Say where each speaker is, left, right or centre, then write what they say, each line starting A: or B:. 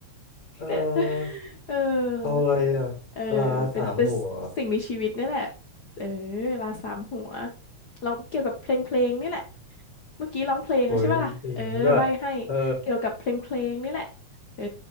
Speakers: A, on the left; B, on the left.
A: เออ
B: <laughs> เออ
A: เอาอะไรอะลาสามหัว
B: เออเป็นเป็นสิ่งมีชีวิตนี่แหละ เออลาสามหัวร้องเกี่ยวกับเพลงเพลงนี่แหละ เมื่อกี้ร้องเพลงแล้วใช่ป่ะล่ะเออใบให้
A: โอ้ยมีเพลงนั้นด้วยเออ
B: เกี่ยวกับเพลงเพลงนี่แหละเออ